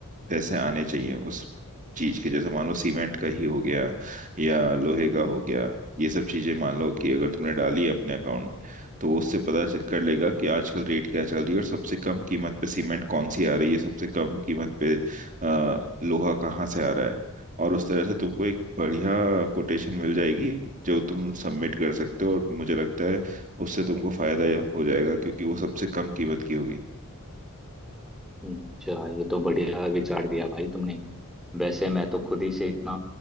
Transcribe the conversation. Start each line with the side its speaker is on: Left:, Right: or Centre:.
Right: पैसे आने चाहिए उस चीज के जैसे मान लो सीमेंट का ही हो गया या लोहे का
Centre: है
Right: हो गया ये सब चीजें मान लो कि अगर तुमने डाली है अपने अकाउंट में तो वो उससे पता चेक कर लेगा कि आजकल रेट क्या चल रही है और सबसे कम कीमत पे सीमेंट कौन सी आ रही है सबसे कम कीमत पे अ, लोहा कहाँ से आ रहा है और उस तरह से तुमको एक बढ़िया कोटेशन मिल जाएगी जो तुम सबमिट कर सकते हो और मुझे लगता है उससे तुमको फायदा हो जाएगा क्योंकि वो सबसे कम कीमत की होगी
Centre: अच्छा ये तो बढ़िया विचार दिया भाई तुमने वैसे मैं तो खुद ही से इतना